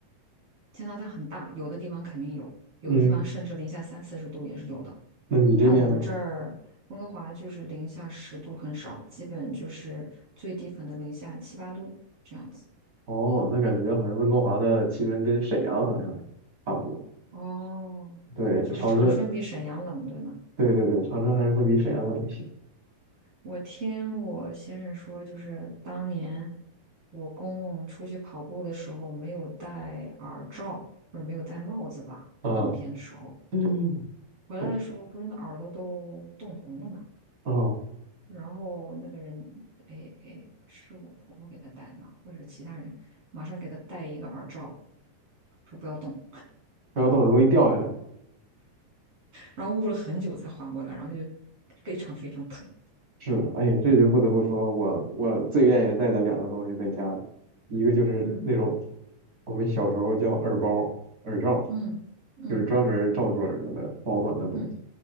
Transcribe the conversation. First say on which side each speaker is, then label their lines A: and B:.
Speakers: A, on the right (about 40°); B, on the right (about 25°).
A: 加拿大很大，有的地方肯定有，有的地方甚至零下三四十度也是有的。
B: 嗯，那你这边呢？
A: 但我们这儿温哥华就是零下十度很少，基本就是最低可能零下七八度。这样。
B: 哦，那感觉好像温哥华的气温跟沈阳好像差不多。
A: 哦，
B: 对，
A: 就是长春比沈阳冷，
B: 长春，
A: 对吗？
B: 对对对，长春还是会比沈阳冷一些。
A: 我听我先生说，就是当年我公公出去跑步的时候没有戴耳罩，不是没有戴帽子吧，
B: 啊，
A: 冬天的时候
B: 嗯，
A: 回来的时候，
B: 哦，
A: 不是那耳朵都冻红了嘛。
B: 哦
A: 然后那个人，哎哎，是我婆婆给他戴的吗？或者其他人马上给他戴一个耳罩，说不要动，
B: 不要动，容易掉下来。
A: 然后捂了很久才缓过来，然后就非常非常疼。
B: 是的，哎呀，这就不得不说，我我最愿意带的两个东西在家，一个就是那种
A: 嗯
B: 我们小时候叫耳包、耳罩，
A: 嗯嗯。
B: 就是专门罩住耳朵的保暖的东西。
A: 嗯